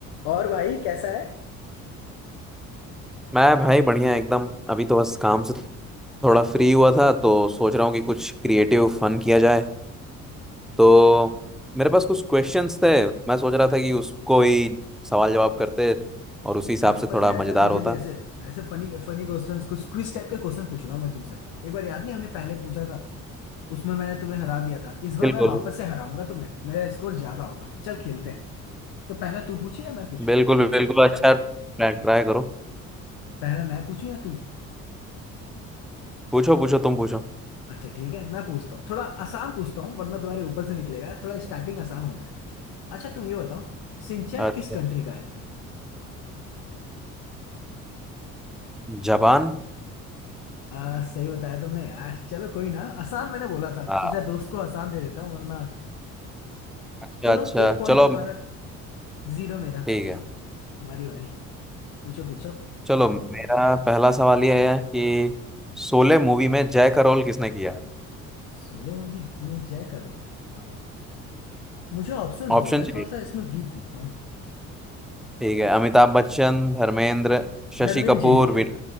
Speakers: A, on the left; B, in the centre.
A: और भाई कैसा है
B: मैं भाई बढ़िया एकदम अभी तो बस काम से थोड़ा फ्री हुआ था तो सोच रहा हूँ कि कुछ क्रिएटिव फन किया जाए तो
A: हाँ,
B: मेरे पास कुछ क्वेश्चंस थे मैं सोच रहा था कि उसको ही सवाल जवाब करते और उसी हिसाब
A: काफी
B: से
A: मजा
B: थोड़ा मजेदार
A: आएगा मुझे
B: होता
A: भी ऐसे ऐसे फनी फनी क्वेश्चंस कुछ क्विज टाइप के क्वेश्चन पूछूंगा मैं तुमसे एक बार याद नहीं हमने पहले पूछा था उसमें मैंने तुम्हें हरा दिया था इस बार
B: बिल्कुल
A: मैं वापस से हराऊंगा तुम्हें मेरा स्कोर ज्यादा होगा चल खेलते हैं तो पहला तू पूछे या मैं पूछूं
B: बिल्कुल बिल्कुल अच्छा ट्राई करो
A: पहला मैं पूछूं या तू
B: पूछो पूछो तुम पूछो
A: अच्छा ठीक है मैं पूछता हूँ थोड़ा आसान पूछता हूँ वरना तुम्हारे ऊपर से निकलेगा थोड़ा स्टार्टिंग आसान होता है अच्छा तुम ये बताओ सिंचैन
B: अच्छा
A: किस कंट्री का है
B: जापान
A: आ, सही बताया तुमने यार चलो कोई ना आसान मैंने बोला था
B: आ,
A: सोचा दोस्त को आसान दे देता हूँ वरना
B: अच्छा
A: चलो
B: अच्छा
A: एक पॉइंट
B: चलो
A: तुम्हारा जीरो मेरा
B: ठीक
A: चलो
B: है
A: तुम्हारी बारी पूछो पूछो
B: चलो मेरा पहला सवाल ये है कि शोले मूवी में जय का रोल किसने किया
A: सोलो मूवी में जय करो आ, मुझे ऑप्शंस
B: ऑप्शन
A: दो मैं
B: चाहिए
A: थोड़ा सा इसमें वीक हूँ हाँ
B: ठीक है अमिताभ बच्चन धर्मेंद्र शशि
A: धर्मेंद्र
B: कपूर
A: जी ने किया
B: विन
A: था